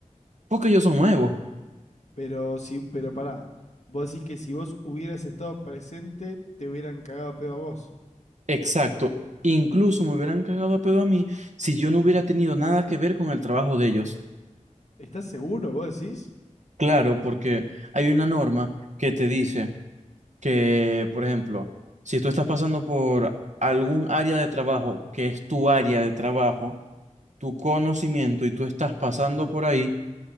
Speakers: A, on the right; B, on the left.
A: porque ellos son nuevos.
B: Pero si, pero pará, vos decís que si vos hubieras estado presente, te hubieran cagado a pedo a vos.
A: Exacto. Incluso me hubieran cagado a pedo a mí si yo no hubiera tenido nada que ver con el trabajo de ellos.
B: ¿Estás seguro, vos decís?
A: Claro, porque hay una norma que te dice que, por ejemplo, si tú estás pasando por algún área de trabajo que es tu área de trabajo, tu conocimiento y tú estás pasando por ahí